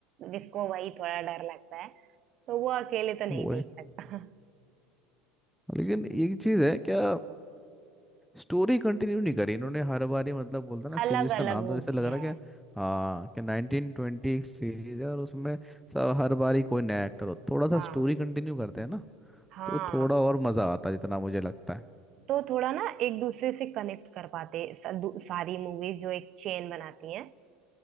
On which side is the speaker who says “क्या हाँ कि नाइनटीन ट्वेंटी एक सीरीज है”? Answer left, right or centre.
Centre